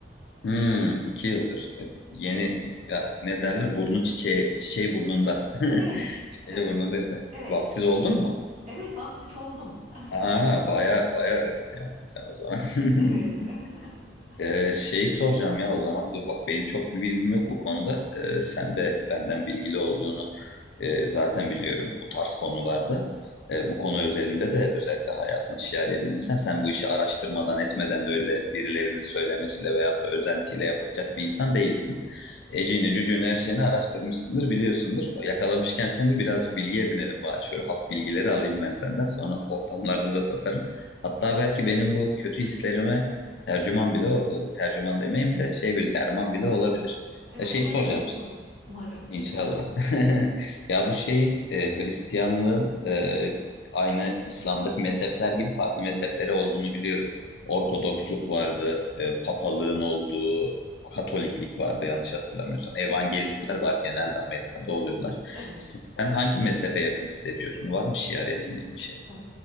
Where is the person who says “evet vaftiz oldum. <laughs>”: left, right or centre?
Right